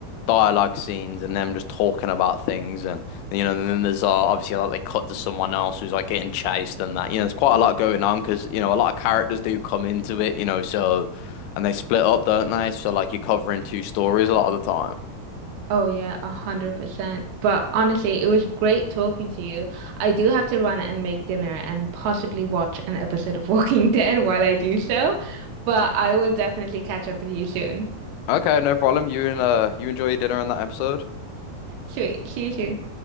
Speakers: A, on the left; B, on the right.
A: dialogue scenes and them just talking about things, and you know, and then there's uh, obviously like they cut to someone else who's like getting chased and that. You know, there's quite a lot going on because you know a lot of characters do come into it, you know, so and they split up, don't they? So like you're covering two stories a lot of the time.
B: Oh yeah, a hundred percent. But honestly, it was great talking to you. I do have to run and make dinner and possibly watch an episode of Walking <laughs> Dead while I do so, but I will definitely catch up with you soon.
A: Okay, no problem. You and uh, you enjoy your dinner on that episode.
B: Sweet, see you soon.